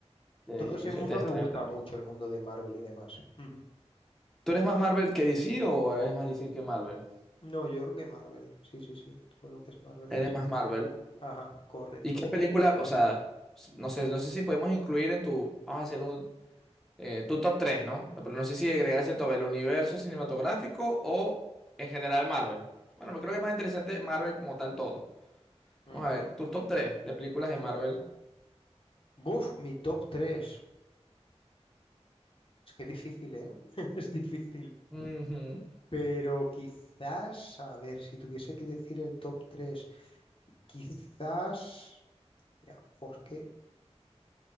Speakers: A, in the centre; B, on the left.
A: este,
B: Todo ese
A: hizo
B: mundo
A: Interestelar
B: me gusta
A: también.
B: mucho, el mundo de Marvel y demás. Ujú.
A: ¿Tú eres más Marvel que DC o eres más DC que Marvel?
B: No, yo creo que Marvel. Sí, sí, sí. Todo lo que es Marvel,
A: Eres
B: sí.
A: más Marvel.
B: Ajá, correcto.
A: ¿Y qué película? O sea, s- no sé, no sé si podemos incluir en tu, vamos a hacer un, eh, tu top 3, ¿no? No, pero no sé si agregarse todo el universo cinematográfico o en general Marvel. Bueno, me creo que es más interesante Marvel como tal todo.
B: Ujú.
A: Vamos a ver, tu top 3 de películas de Marvel.
B: Buf, mi top tres Es que difícil, ¿eh? <laughs> Es difícil.
A: Ujú.
B: Pero quizás, a ver, si tuviese que decir el top 3 quizás. Ya, jo, es que